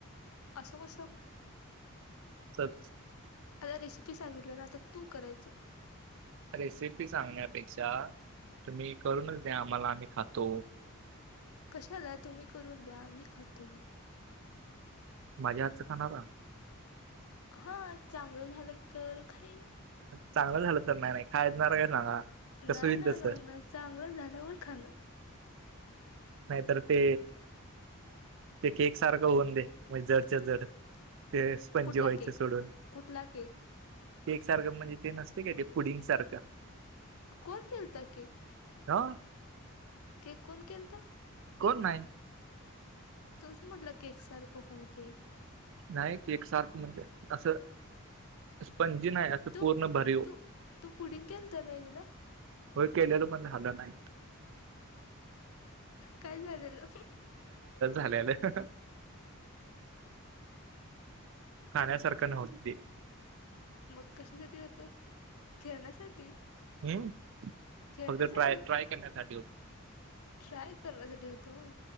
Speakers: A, on the left (about 80°); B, on the right (about 60°).
A: असं कसं?
B: असंच
A: आता रेसिपी सांगितल ना आता तू करायचं!
B: रेसिपी सांगण्यापेक्षा तुम्ही करूनच द्या आम्हाला आम्ही खातो.
A: कशाला तुम्ही करून द्या मी खातो.
B: माझ्या हातचं खाणारा?
A: हां चांगलं झालं तर खाईन.
B: चांगलं झालं तर नाही नाही खाणार आहे काय सांगा! कसं
A: ना
B: होईल
A: ना
B: तसं
A: ना ना चांगलं झाल्यावर खाणार.
B: नाहीतर ते ते केक सारखं होऊन दे म्हणजे जडच्या जड ते पण
A: कुठला
B: जे व्हायचे
A: केक?
B: सोडून
A: कुठला केक
B: केक सारखं म्हणजे ते नसते काय ते पुडिंग सारखं.
A: कोण केलता केक?
B: <unintelligible>
A: केक कोण केलता?
B: कोण नाही.
A: तुच म्हटला केक सारखं होऊ दे.
B: नाही केक सारख म्हणजे असं स्पंजी नाही असं
A: तू
B: पूर्ण भरीव
A: तू तू पुडिंग केलता ना एकदा?
B: हो केलेलं पण झालं नाही.
A: काय झालेलं.
B: आल्या आल्या खाण्यासारखं नव्हत ते
A: मग कशासाठी होत, खेळण्यासाठी
B: हम्म,
A: खेळण्यासाठी
B: पण ते ट्राय
A: होतं.
B: ट्राय करण्यासाठी होतं.
A: ट्राय करण्यासाठी होत ओ